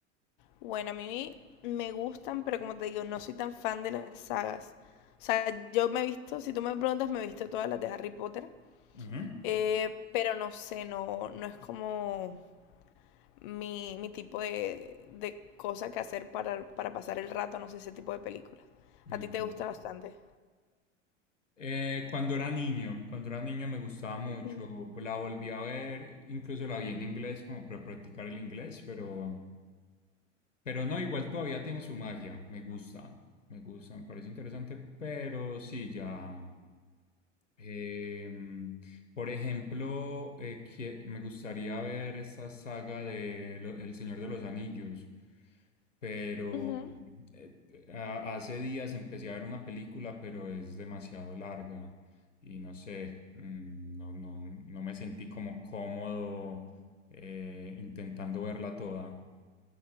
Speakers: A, on the left; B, on the left.
A: Bueno, a mí me gustan, pero como te digo, no soy tan fan de las sagas. O sea, yo me he visto, si tú me preguntas, me he visto todas las de Harry Potter,
B: Ujú.
A: eh, pero no sé, no, no es como mi, mi tipo de, de cosa que hacer para, para pasar el rato, no sé, ese tipo de películas.
B: Ujú.
A: A ti te gusta bastante.
B: Eh, cuando era niño, cuando era niño me gustaba mucho,
A: Ujú.
B: la volví a ver, incluso la vi en inglés como para practicar el inglés, pero, pero no, igual todavía tiene su magia, me gusta, me gusta, me parece interesante, pero sí, ya. Em, por ejemplo, eh, que- me gustaría ver esa saga de lo- El Señor de los Anillos, pero
A: Ujú.
B: eh, a- hace días empecé a ver una película, pero es demasiado larga y no sé, mm, no, no, no me sentí como cómodo eh, intentando verla toda.